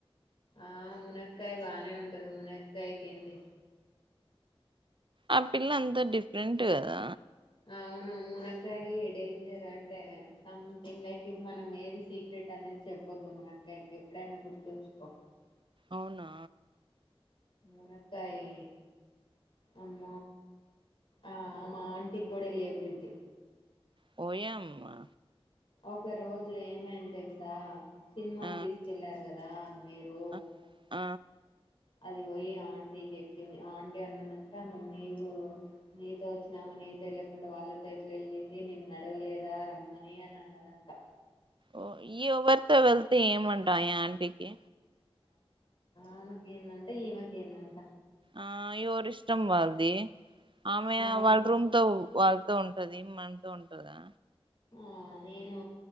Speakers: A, on the left; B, on the right.
A: ఆ మునక్కాయ బానే ఉంటది మునక్కాయ కింది
B: అ పిల్ల అంత డిఫరెంట్ ద
A: అవును మునక్కయ డేంజర్ అంటే సంథింగ్ లైక్ మనం ఏది సీక్రెట్ అనేది చెప్పొద్దు మునక్కాయకి ఎప్పుడైనా గుర్తుంచుకో
B: అవునా
A: ఉనకాయి అమ ఆ ఆమ ఆంటీ కూడాడలి పెద్ద్ద
B: పోయామ్మా
A: ఒక రోజు ఏమైని తెలుసు సినిమాకి
B: ఆ
A: తీసుకెల్లా కదా మీరు
B: ఆ ఆ
A: అది పోయి ఆంటీకి చెప్పింది ఆంటీ అన్నదంట మరి నీవు నీతో వచ్చినామా నీతో వెళ్ళకుండా వాళ్ళతో ఎట్లా వెళ్ళింది నిన్ను నడగలేదా రమ్మని అని అన్నదంట
B: ఓ ఈ ఎవరితో వెళ్తే ఏమంట ఆంటీకి
A: ఆమెకి ఏందంట ఈమెకి ఏందంట
B: ఆ ఎవరి ఇష్టం వాాలది ఆమే
A: ఆ
B: వడ రమ్ వాళ్ళతో ఉంటది మనతో ఉంటదా
A: ఆ నేను